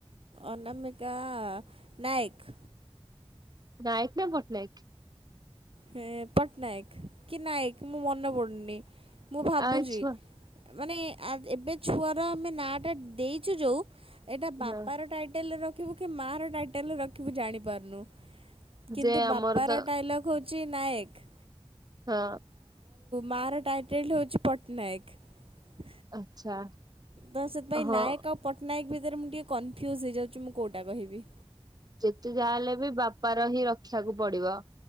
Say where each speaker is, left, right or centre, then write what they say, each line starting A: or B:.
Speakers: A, on the right; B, on the right.
A: ଅନାମିକା ନାୟକ୍।
B: ନାୟକ ନା ପଟ୍ଟନାୟକ।
A: ହଁ ପଟ୍ଟନାୟକ କି ନାୟକ ମୁଁ ମନେ ପଡୁନି ମୁଁ ଭାବୁଛି।
B: ଆ ଛୁଆ
A: ମାନେ ଆ ଏବେ ଛୁଆର ଆମେ ନା ଟା ଦେଇଛୁ ଯୋଉ। ଏଇଟା ବାପାର
B: ହଁ
A: ଟାଇଟେଲରେ ରଖିବୁ କି ମାଆର ଟାଇଟେଲରେ ରଖିବୁ ଜାଣିପାରୁନୁ। କିନ୍ତୁ
B: ଯେ ଆମର
A: ବାପାର
B: ତ
A: ଡାଇଲଗ ହଉଛି ନାୟକ।
B: ହଁ
A: ମାର ଟାଇଟେଲଟି ହେଉଛି ପଟ୍ଟନାୟକ।
B: ଆଚ୍ଛା।
A: ତ ସେଥିପାଇଁ
B: ହଁ।
A: ନାୟକ ଆଉ ପଟ୍ଟନାୟକ ଭିତରେ ମୁଁ ଟିକେ କନଫ୍ୟୁଜ ହେଇଯାଉଛି ମୁଁ କୋଉଟା କହିବି।
B: ଯେତେ ଯାହା ହେଲେ ବି ବାପାର ହିଁ ରଖିବାକୁ ପଡ଼ିବ।